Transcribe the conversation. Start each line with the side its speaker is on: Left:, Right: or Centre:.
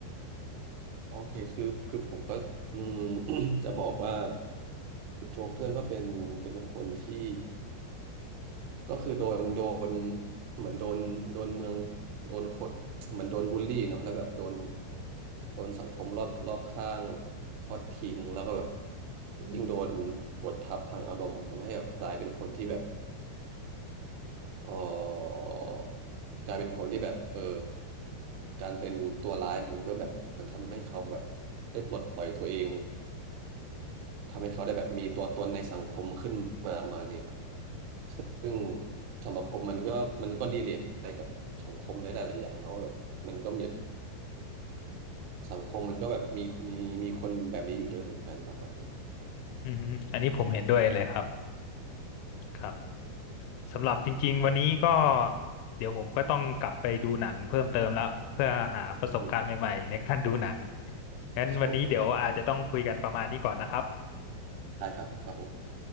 Right: โอเคคือคือผมก็อืม <coughs> <clears throat> จะบอกว่าโจ๊กเกอร์ก็เป็นเป็นคนที่ ก็คือโดนโดนเหมือนโดนโดนเมืองโดนขดเหมือนโดนบูลลี่เนาะแล้วแบบโดนโดนสังคมรอบรอบข้างทอดทิ้งแล้วก็แบบยิ่งโดนกดทับทางอารมณ์ทำให้แบบกลายเป็นคนที่แบบเออกลายเป็นคนที่แบบเออการเป็นตัวร้ายมันก็แบบมันทำให้เขาแบบได้ปลดปล่อยตัวเองทำให้เขาได้แบบมีตัวตนในสังคมขึ้นมาประมาณนี้ครับ ซึ่งสำหรับผมมันก็มันก็รีเลทไปกับสังคมในหลาย ๆ อย่างเนอะว่าแบบมันก็มีแบบสังคมมันก็แบบมีมีมีคนแบบนี้อยู่เยอะเหมือนกันประมาณนี้
Left: อือฮึอันนี้ผมเห็นด้วยเลยครับครับ
Right: ครับ
Left: สำหรับจริงๆวันนี้ก็เดี๋ยวผมก็ต้องกลับไปดูหนังเพิ่มเติมแล้วเพื่อหาประสบการณ์ใหม่ๆในการดูหนัง
Right: อืม
Left: งั้นวันนี้เดี๋ยวอาจจะต้องคุยกันประมาณนี้ก่อนนะครับ
Right: โอเคครับได้ครับครับผม